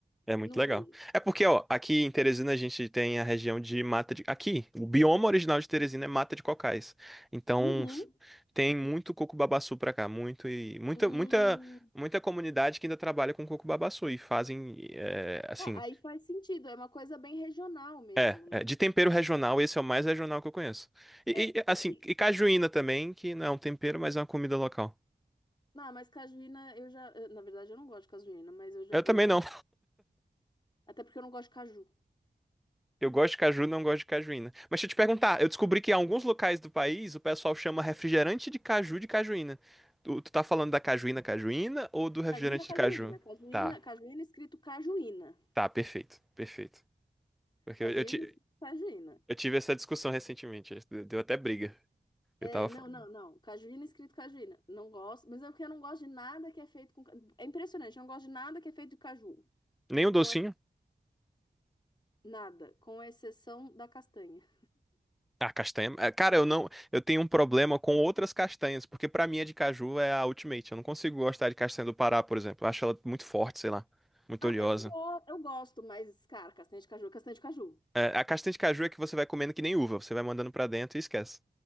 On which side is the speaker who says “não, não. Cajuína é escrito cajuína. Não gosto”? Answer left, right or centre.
Left